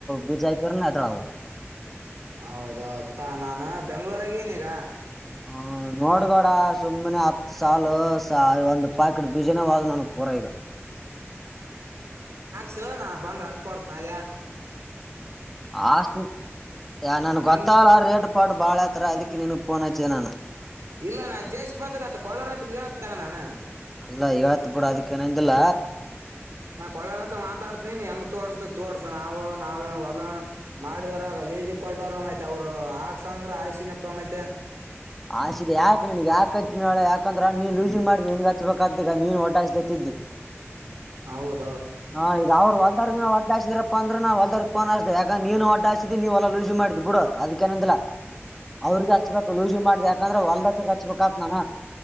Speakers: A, in the centre; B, on the right.
A: ಬೀಜ ಆಕ್ರಿನ ದ್ರಾವು
B: ಹೌದ ತಾನಾನ ಬೆಂಗ್ಳೂರಾಗ ಏಣಿ ಈಗ
A: ಹ ನೋಡ್ಗೋಡ ಸುಮ್ನೆ ಹತ್ ಸಾಲ ಒಂದ್ ಪಾಕೆಟ್ ಬೀಜನೇ ಹದು ನನ್ಗ್ ಪೂರ ಈಗ
B: ಸ ನಾ ಬಂದ ರೊಕ್ಕ ಕೊಡ್ತನ ಅಗ
A: ಆಸ್ನಾ ನನ್ಗೆ
B: ಮೊನ್
A: ಗೊತ್ತಲ್ಲ ರೇಟ್ ಪಾಟ್ ಬಾಳ ಹತರ ಅದಕ್ಕೆ ನೀನು ಫೋನು ಅಚ್ಚ ನಾನ
B: ಇಲ್ಲ ನಾ ಜೇಶಿಪಿ ಅತಾಗ ಆತ್ ಕೊಳ್ಳೋರತ್ಗೆ ಆತ್ ತಗ ನಾನ
A: ಲ್ಲ ಇವತ್ ಬಿಡ ಅದಕ್ಕ ಏನಿಂದಿಲ್ಲ.
B: ನಾ ಕೊಳ್ಳುರ ಹತ್ತ ಮಾತಾಡ್ತನನ್ ಹೆಂಗ ತೋಡಿಸ್ತಿ ತೋಡ್ಸು ನಾವು ನಾವೇನು ಹೊಲ್ಲ ಮಾಡಿದರ ಜಿ ಕೊಟ್ಟವರು ಮತ್ತೆ ಅವ್ರು ಹಾಕ್ಸ ಅಂದ್ರ ಹಾಕ್ಸಿನಪ್ಪ ಮತ್ತೆ
A: ಆಸಿದೆ ಯಾಕ ನಿನಗ ಯಕಕ ಹಚ್ಚಿನಳ ಯಾಕಂದ್ರ ನೀನ್ ಲೂಸಿಂಗ ಮಾಡಿ ನಿನ್ ಹಚ್ಬಬೇಕಾತ ಕಾದ್ದ ಈಗ ನೀನ್ ಹೊಡ್ದು ಹಾಕಿಸಿದ ಇದ್ದಿ.
B: ಹೌದ
A: ಹಾ ಈಗ ಅವ್ರು ಹೊಲ್ದರ್ಗ ಒಡ್ಡಾದರಪ್ಪ ಅಂದ್ರ ನಾ ಹೊಲ್ದವ ಪೋನ್ಸ್ತ ಯಾಂದ್ರ ನೀನುಡ್ಡಾ ನೀವಲ್ಲ ಲೂಸಿ ಮಾಡಿದ್ದ್ ಬಿಡು ಅದಕ್ಕೇನಂದಿಲ್ಲ. ಅವ್ರಿಗೆ ಹಚ್ಬೇಕು ಲೂಸಿ ಮಾಡ್ದ ಯಾಕಂದ್ರೆ ಹೊಲ್ದತ್ತಗ್ ಹಚ್ಬೇಕತ್ ನಾನ